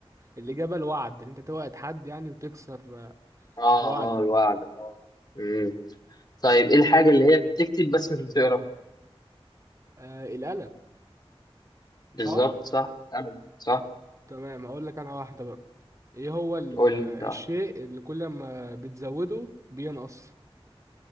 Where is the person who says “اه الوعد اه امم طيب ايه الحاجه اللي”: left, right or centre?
Left